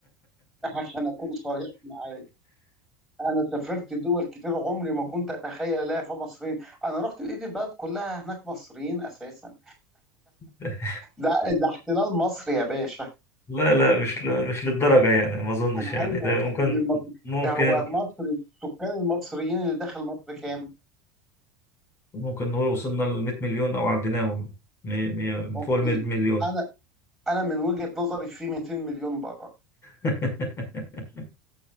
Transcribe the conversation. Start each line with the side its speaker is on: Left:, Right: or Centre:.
Centre: <laughs> عشان اكون صريح معاك انا سافرت دول كتير عمري ما كنت اتخيل الاقي فيها مصريين انا رحت لقيت البلد كلها هناك مصريين اساسا
Left: <laughs>
Centre: ده ده احتلال مصري يا باشا
Left: لا لا مش ل... مش للدرجة يعني ما أظنش
Centre: انا
Left: يعني
Centre: عاوز
Left: ده
Centre: اقول
Left: ممكن
Centre: لك ان المصري
Left: ممكن
Centre: هو مصر السكان المصريين اللي داخل مصر كام
Left: ممكن نقول وصلنا ل 100 مليون أو عديناهم مي... مي...
Centre: اوكي
Left: فوق ال 100 مليون
Centre: انا انا من وجهة نظري في 200 مليون بره
Left: <laughs>